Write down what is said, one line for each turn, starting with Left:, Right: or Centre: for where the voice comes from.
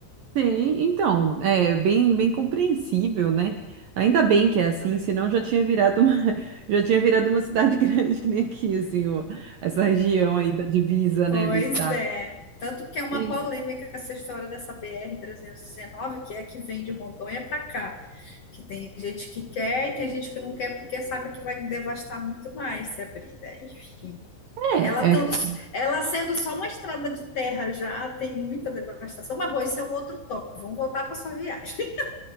Right: Sim, então, é bem, bem compreensível, né? Ainda bem que é assim, senão já tinha virado uma, <laughs> já tinha virado uma cidade <laughs> grande que nem aqui, assim, o- essa região aí da divisa,
Left: Pois
Right: né, do estado.
Left: é. Tanto que é uma
Right: E-
Left: polêmica essa história dessa BR-319, que é a que vem de Rondônia para cá. Que tem gente que quer e tem gente que não quer porque sabe que vai devastar muito mais se abrir, né? Enfim.
Right: é,
Left: Ela, tando,
Right: é,
Left: ela sendo só uma estrada de terra já tem muita devastação. Mas, bom, esse é um outro tópico. Vamos voltar para sua viagem.